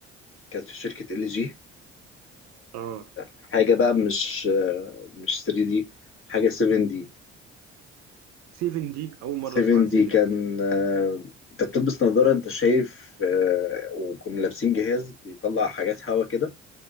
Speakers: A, on the left; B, on the right.
A: كانت في شركة ال جي
B: اه
A: حاجة بقى مش آه، مش 3 دي حاجة 7 دي
B: 7 دي اول
A: 7
B: مره اسمع عن
A: دي
B: 7
A: كان
B: دي
A: آه، انت بتلبس نظارة انت شايف آه، وكنا لابسين جهاز بيطلع حاجات هوا كده